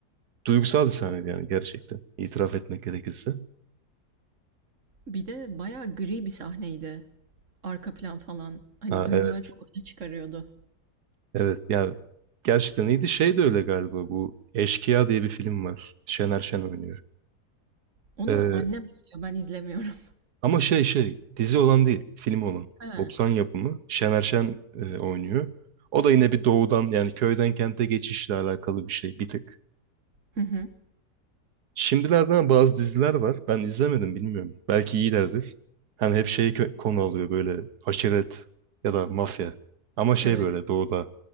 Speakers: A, on the right; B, on the right.
A: Duygusal bir sahneydi yani gerçekten. İtiraf etmek gerekirse.
B: Bir de bayağı gri bir sahneydi. Arka plan falan. Hani
A: Ha,
B: duyguları
A: evet.
B: çok öne çıkarıyordu.
A: Evet. Yani gerçekten iyiydi. Şey de öyle galiba. Bu Eşkıya diye bir film var. Şener Şen oynuyor.
B: Onu
A: Ee,
B: annem izliyor, ben izlemiyorum.
A: ama şey şey dizi olan değil. Film olan.
B: <laughs> He.
A: 90 yapımı. Şener Şen e, oynuyor. O da yine bir doğudan yani köyden kente geçişle alakalı bir şey bir tık.
B: Hı hı.
A: Şimdilerden bazı diziler var. Ben izlemedim bilmiyorum. Belki iyilerdir. Hani hep şeyi kö- konu alıyor böyle aşiret ya da mafya. Ama şey
B: Evet.
A: böyle doğuda